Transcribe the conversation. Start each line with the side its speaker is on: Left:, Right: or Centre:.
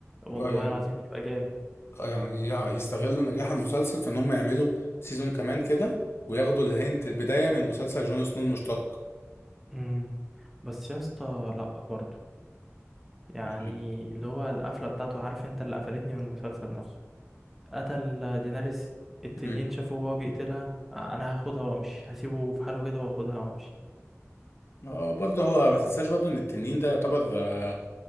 Centre: والله
Left: اه يعني
Centre: العظيم يبقى جامد
Left: يعني يع- يستغلوا نجاح المسلسل في ان هم يعملوا سيزون كمان كده وياخدوا الهنت البداية من مسلسل جون سنو المشتق
Centre: امم بس يا اسطى لا برضه يعني
Left: أكيد.
Centre: اللي هو القفله بتاعته عارف انت اللي قفلتني من المسلسل نفسه قتل ديناريس التنين
Left: مم.
Centre: شافه وهو بيقتلها انا هاخدها وامشي هسيبه في حاله كده واخدها وامشي
Left: وبرضه هو ما تنساش برضه ان التنين ده يعتبر آه